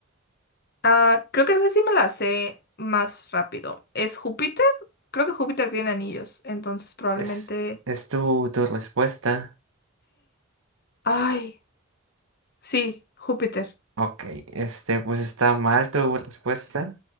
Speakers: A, on the left; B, on the right.
A: Ah, creo que esa sí me la sé más rápido. ¿Es Júpiter? Creo que Júpiter tiene anillos, entonces probablemente...
B: Es, es tu, tu respuesta.
A: Ay, sí, Júpiter.
B: Ok, este, pues está mal tu respuesta.